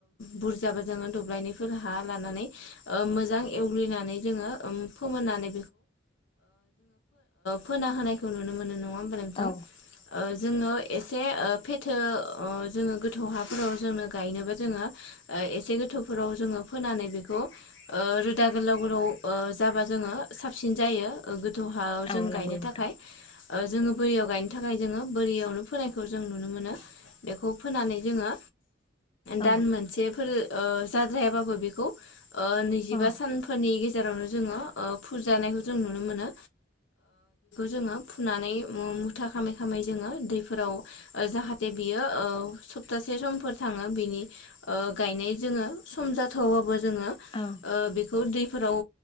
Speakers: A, on the left; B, on the left.
A: बुरजाबा जोङो दब्लायनफोर हा लानानै मोजां एवग्लिनानै जोङो फोमोननानै फोना होनायखौ नुनो मोनो नङा होमबानो बिथां
B: औ
A: जोङो एसे फेथो जोङो गोथौ हाफोराव जोङो गायनोबा जोङो एसे गोथौफोराव जोङो फोनानै बेखौ रोदा गोलाव गोलाव जाबा जोङो साबसिन जायो दहायाव
B: औ
A: जों गायनो
B: नंगौ नोंथां
A: थाखाय जोङो बोरियाव गायनो थाखाय जोङो बोरियावनो फोनायखौ जों नुनो मोनो बेखौ फोनानै जोङो
B: औ
A: दान मोनसेफोर जाद्रायाबाबो बेखौ नैजिबा
B: औ
A: सानफोरनि जोङो फुजानायखौ जों नुनो मोनो जोंओ फुनानै मुथा खामै खामै जाहाते बियो सपतासे समफोर थाङो बिनि गानाय जोङो सम जाथवाबाबो जोङो
B: औ
A: ओ बेखौ दै फोराव